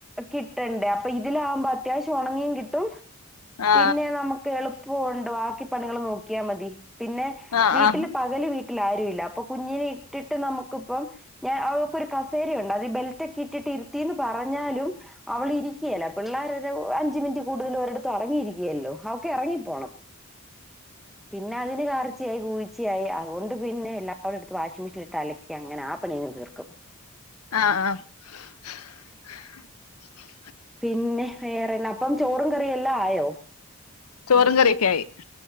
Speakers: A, in the centre; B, on the left (about 80°).
A: കിട്ടണ്ടേ അപ്പൊ ഇത് ഇതിലാകുമ്പോ അത്യാവശ്യം ഉണങ്ങിയും കിട്ടും
B: ആ
A: പിന്നെ നമുക്ക് എളുപ്പ ഉണ്ട് ാക്കിപ്പണികൾ നോക്കിയാൽ മതി പിന്നെ
B: ആ
A: വീട്ടിൽ
B: ആ
A: പകല് വ ആല്ല അപ്പൊ കുഞ്ഞിനെ ഇട്ടിട്ട് നമുക്കിപ്പം ഞാൻക്ക ഒരു കസേരയ ഉണ്ട് അത് ബെൽറ്റ ഒക്കെ ഇട്ടിട്ട് ന്ന് പറഞ്ഞാലും അവള ഇരിക്കുകയല്ല പിള്ളേർ അഞ്ച മിനിറ്റ് കൂടുതൽ ഒരിത്തത്ത് അടങ്ങിയിരിക്ക ല്ലോ അവക്കെ ഇറങ്ങിപ്പോണം പിന്നെ അതിന് കറർച്ച ആായി കുൂച്ചയായി അതുകൊണ്ട് പിന്നെ എല്ലാടെുംടുത്ത് വാഷിംഗ് മെഷീൻ ഇട്ട് അലക്കിയാണ് അങ്ങനെ ആപ്പണി തീർക്കും
B: ആ ആ <unintelligible>
A: പിന്നെ വേറെന്ന അപ്പം ചോറും കറിയ എല്ലാം ആയോ
B: ചോറും കറിയൊക്കെ ആായി